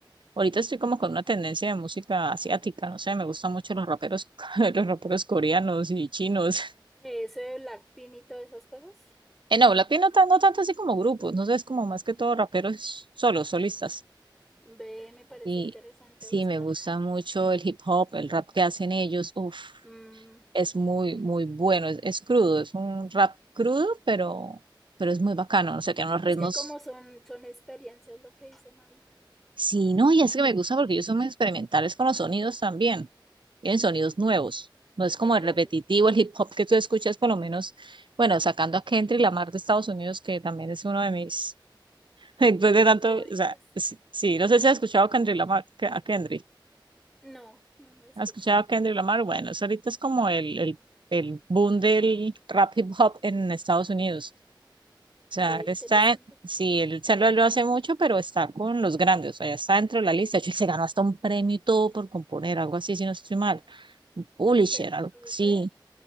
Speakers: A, on the right; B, in the centre.
A: ahorita estoy como con una tendencia de música asiática, no sé, me gustan mucho los raperos, <laughs> los raperos coreanos y chinos. <laughs>
B: Ese de Blackpink y todas esas cosas.
A: eh no, Blackpink no, tan- no tanto así como grupos, no sé, es como más que todo raperos solos, solistas.
B: Ve, me parece
A: Y
B: interesante
A: sí,
B: buscar.
A: me gusta mucho el hip hop, el rap que hacen ellos, uff.
B: Mm,
A: es muy, muy bueno, es, es crudo, es un rap crudo, pero, pero es muy bacano, o sea, tiene unos
B: es
A: ritmos,
B: que como son, son experiencias lo que dicen ahí.
A: sí, no, y es que me gusta porque ellos son muy experimentales con los sonidos también, tienen sonidos nuevos, no es
B: Sí,
A: como
B: claro.
A: el repetitivo, el hip hop que tú escuchas, por lo menos, bueno, sacando a Kendrick Lamar de Estados Unidos, que también es uno de mis, <laughs> después de tanto,
B: Favoritas.
A: o sea, sí, sí, no sé si has escuchado a Kendrick Lamar, a Kendrick,
B: No, no, no he escuchado.
A: ¿has escuchado a Kendrick Lamar? Bueno, eso ahorita es como el, el el boom del rap hip hop en Estados Unidos. O sea,
B: Ve,
A: él
B: interesante.
A: está, en- sí, él se lo, lo hace mucho, pero está con los grandes, o sea, ya está dentro de la lista. De hecho, él se ganó hasta un premio y todo por componer, algo así, si no estoy mal. Un publisher,
B: Pero
A: algo
B: súper.
A: así,